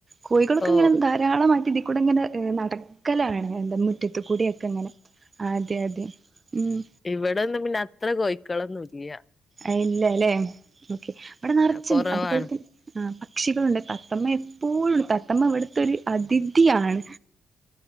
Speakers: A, on the right (about 30°); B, on the left (about 25°).
A: കോഴികളൊക്കെ
B: ഓ
A: ങ്ങനെ ധാരാളമായിട്ട് ടി ങ്ങനെ നടക്കലാണ് എന്ത മുറ്റത്ത് കൂടിയൊക്കെ ങ്ങനെ അതെ അതെ. ഉം
B: ഇവിടെന്നും പിന്നെ അത്ര കോയിക്കളൊന്നുല്ല.
A: അയില്ലല്ലേ? ഓക്കെ ഇവിടെ നറച്ചുണ്ട്
B: കൊറവാണ്
A: അതുപോലെ തന്നെ് ആ പക്ഷികളുണ്ട് തത്തമ്മ പ്പോഴും തത്തമ്മ ഇവ്ടുത്തൊരു അതിഥിയാണ്.